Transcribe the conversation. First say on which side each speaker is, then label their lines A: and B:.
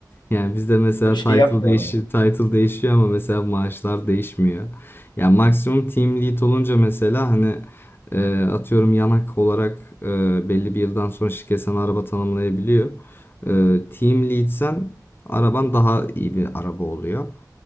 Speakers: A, on the left; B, on the left.
A: Yani bizde mesela
B: Öyle Bir şey
A: title
B: yapmıyorlar
A: değişiyor,
B: mı?
A: title değişiyor ama mesela maaşlar değişmiyor. Yani maksimum team lead olunca mesela hani e, atıyorum yanak olarak e, belli bir yıldan sonra şirket sana araba tanımlayabiliyor. E, team leadsen araban daha iyi bir araba oluyor.